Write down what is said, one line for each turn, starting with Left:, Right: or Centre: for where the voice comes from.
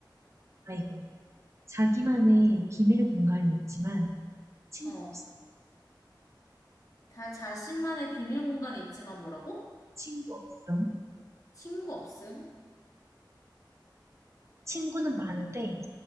Right: 아이고 자기만의 비밀 공간이 있지만 친구
Left: 어.
Right: 없음.
Left: 다 자신만의 비밀 공간이 있지만 뭐라고?
Right: 친구 없음.
Left: 친구 없음?
Right: 친구는 많은데